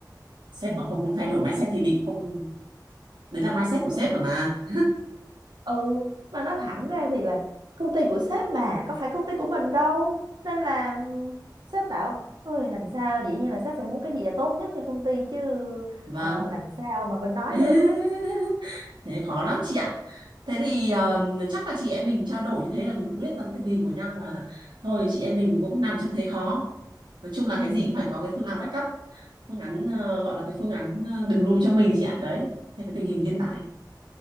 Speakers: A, on the right; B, on the right.
A: sếp
B: Ừ,
A: mà không
B: đúng
A: thay
B: rồi.
A: đổi mindset thì bị không đấy là mindset của
B: Nhưng
A: sếp
B: mà
A: rồi mà
B: ừ mà nói thẳng ra thì là công ty của sếp mà có phải công ty của mình đâu nên là ừm, sếp bảo ôi làm sao dĩ nhiên là sếp phải muốn cái gì là tốt nhất cho công ty chứ
A: vâng
B: ờ, làm sao mà mình nói
A: <laughs>
B: được
A: thế khó lắm chị ạ thế thì
B: ừ,
A: ờm, chắc là chị em mình trao đổi như thế là mình cũng biết lắm tình hình của nhau là thôi chị em mình cũng nằm trong thế khó nói chung là
B: ừ,
A: cái gì cũng phải có cái phương án backup phương án ờ, gọi là cái phương án ờ, đường lùi cho mình chị ạ đấy thế cái tình hình hiện
B: ừ,
A: tại